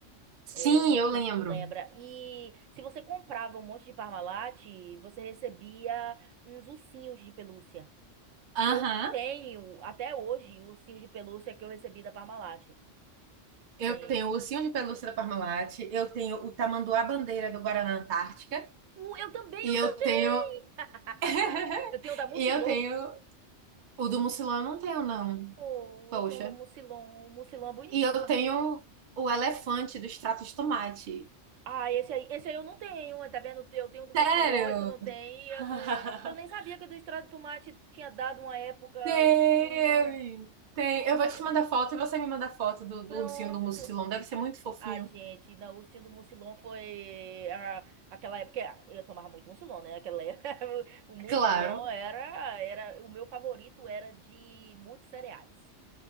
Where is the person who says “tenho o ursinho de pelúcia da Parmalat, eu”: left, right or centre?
Right